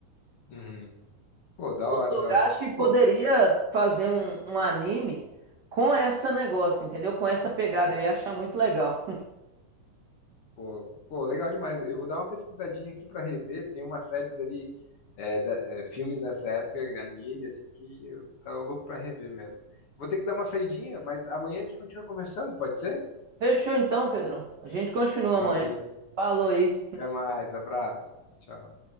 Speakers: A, on the left; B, on the right.
A: Uhum. Pô, da
B: O
A: hora,
B: Togashi
A: da hora.
B: poderia
A: Pô,
B: fazer um, um anime com essa negócio, entendeu? Com essa pegada, eu ia achar muito legal.
A: pô, pô, legal demais. Eu vou dar uma pesquisadinha aqui pra rever. Tem umas séries ali, é, da- é, filmes nessa época, anime, assim, que eu tava louco pra rever mesmo. Vou ter que dar uma saidinha, mas amanhã a gente continua conversando, pode ser?
B: <laughs> Fechou então, Pedrão. A gente continua
A: Valeu.
B: amanhã. Falou aí.
A: Até mais. Abraço. Tchau.